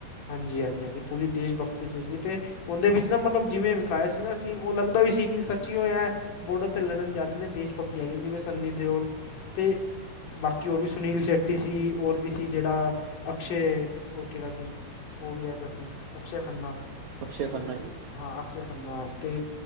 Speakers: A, on the left; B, on the right.
A: ਹਾਂਜੀ- ਹਾਂਜੀ, ਹਾਂਜੀ ਪੂਰੀ ਦੇਸ਼ ਭਗਤੀ ਦੀ ਸੀਂ ਤੇ। ਉਹਦੇ ਵਿੱਚ ਨਾ ਮੱਤਲਬ ਜਿਵੇਂ ਵਿਖਾਇਆ ਸੀਂ ਨਾ ਸੀਨ ਓ ਲੱਗਦਾ ਵੀ ਸੀਂ ਕਿ ਸੱਚੀਓ ਐਂ। ਬੋਰਡਰ ਤੇ ਲੜਨ ਜਾਂ ਰਹੇਂ ਨੇਂ ਦੇਸ਼ ਭਗਤੀ ਹੈਗੀ ਜਿਵੇਂ ਸੰਨੀ ਦਿਓਲ ਤੇ। ਬਾਕੀ ਹੋਰ ਵੀ ਸੁਨੀਲ ਸ਼ੇਟੀ ਸੀਂ ਔਰ ਵੀ ਸੀਂ ਜਿਹੜਾ ਅਕਸ਼ੇ ਓ ਕਿਹੜਾ ਸੀਂ। ਓਵੀ ਹੈਗਾ ਸੀਂ ਅਕਸ਼ੇ ਖੰਨਾਂ।
B: ਅਕਸ਼ੇ ਖੰਨਾ
A: ਤੇ
B: ਜੀ।
A: ਹਾਂ ਅਕਸੇ਼ ਖਨਾ ਤੇ